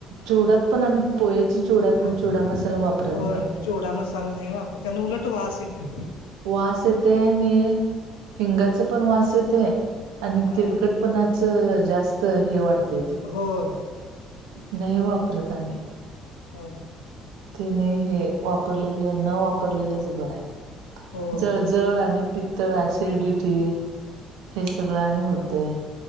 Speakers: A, on the right; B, on the left.
A: चिवड्यात पण आम्ही पोयचे चिवड्यात
B: होय
A: पण चिवडा मसाला वापरत
B: होय
A: नाही.
B: चिवडा मसाला नाही वापर त्यांना उलट वास येतय.
A: वास येत ना हिंगाचं पण वास येते आणि
B: हा
A: तेलकटपणाच जास्त हे वाढत
B: होय
A: नाही वापरता मी
B: हा
A: ते नाही हे वापरलेलं न वापरलेलंच बर आहे
B: होय
A: ज जळ आणि पित्तळ ॲसिडिटी हे सगळं आणि होतें